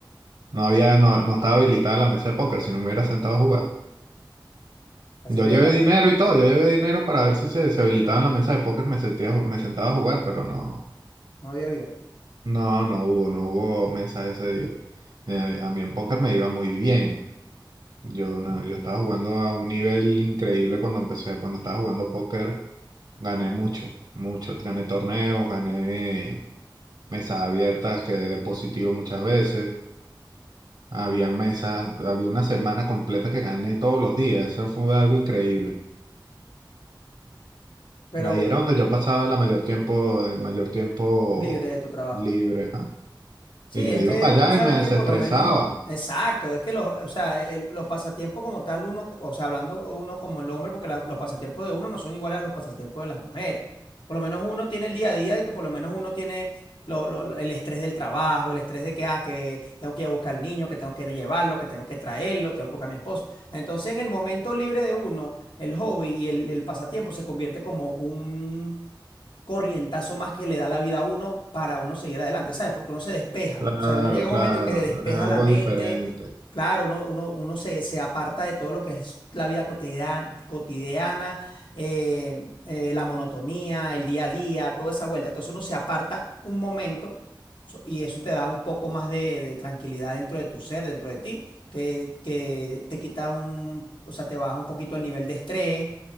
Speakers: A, on the right (about 70°); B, on the left (about 75°).
A: No había, no, no estaba habilitada la mesa de póker, si no me hubiera sentado a jugar.
B: Así
A: Yo
B: que
A: llevé
B: la-
A: dinero y todo, yo llevé dinero para ver si se, se habilitaba en la mesa de póker, me sentía, me sentaba a jugar, pero no.
B: no había vida,
A: No, no hubo, no hubo mesa ese día. Eh, a mí en póker me iba muy bien. Yo, no, yo estaba jugando a un nivel increíble cuando empecé, cuando estaba jugando póker, gané mucho, mucho. Gané torneos, gané mesas abiertas, quedé positivo muchas veces. Habían mesas, había una semana completa que gané todos los días. Eso fue algo increíble.
B: pero
A: Ahí era donde yo pasaba la mayor tiempo, el mayor tiempo
B: libre de tu trabajo.
A: libre, ¿ah?
B: Sí,
A: Y me
B: es
A: iba
B: que
A: para allá
B: tú sabes
A: y me desestresaba.
B: que por lo menos, exacto, es que los, o sea, el- los pasatiempos como tal, uno, o sea, hablando uno como el hombre, porque la- los pasatiempos de uno no son iguales a los pasatiempos de las mujeres. Por lo menos uno tiene el día a día de que por lo menos uno tiene lo- lo- lo- el estrés del trabajo, el estrés de que, ah, que tengo que ir a buscar al niño, que tengo que llevarlo, que tengo que traerlo, tengo que buscar a mi esposo. Entonces, en el momento libre de uno, el hobby y el, el pasatiempo se convierte como un corrientazo más que le da la vida a uno para uno seguir adelante, ¿sabes? Porque uno se despeja,
A: Claro,
B: o sea, uno llega a un
A: claro,
B: momento en que se despeja
A: es algo
B: la mente,
A: diferente.
B: claro, uno, uno, uno se, se aparta de todo lo que es la vida cotidiana, cotidiana eh, eh, la monotonía, el día a día, toda esa vuelta. Entonces uno se aparta un momento so- y eso te da un poco más de, de tranquilidad dentro de tu ser, dentro de ti, que, que te quita un, o sea, te baja un poquito el nivel de estrés